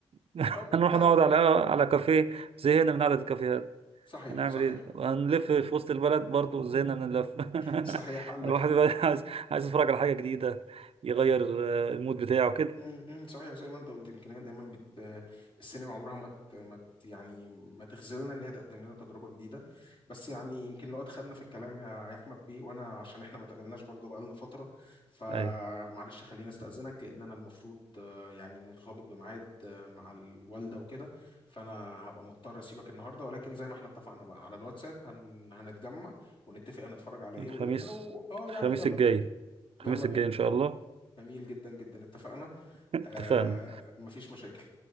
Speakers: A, on the right; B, on the left.
A: <laughs>
B: آه،
A: هنروح
B: بتاعت
A: نقعد على على كافيه زهقنا من قعده الكافيهات
B: صحيح
A: هنعمل
B: صحيح
A: ايه هنلف في وسط البلد برضو زهقنا من اللف
B: صحيح
A: <laughs>
B: عندك
A: الواحد
B: حق
A: بقى عايز عايز يتفرج على حاجه جديده يغير آه، المود بتاعه كده
B: امم أمم، صحيح زي ما انت قلت يمكن هي دايما بت السينما عمرها ما ت... ما ت... يعني ما تخذلنا ان هي تقدم لنا تجربه جديده بس يعني يمكن لو اتخدنا في الكلام يا يا احمد بيه وانا عشان احنا ما تقابلناش برضو بقالنا فتره فمعلش
A: ايوه
B: خليني استاذنك لان انا المفروض آه، يعني مرتبط بميعاد آه، مع الوالده وكده فانا هبقى مضطر اسيبك النهارده ولكن زي ما احنا اتفقنا بقى على الواتساب هن... هنتجمع ونتفق هنتفرج على ايه
A: الخميس
B: وامتى و... اه يعني
A: الخميس
B: يلا
A: الجاي
B: بينا يلا
A: الخميس الجاي
B: بينا
A: ان شاء الله
B: جميل جدا جدا اتفقنا
A: اتفقنا
B: آه مفيش مشاكل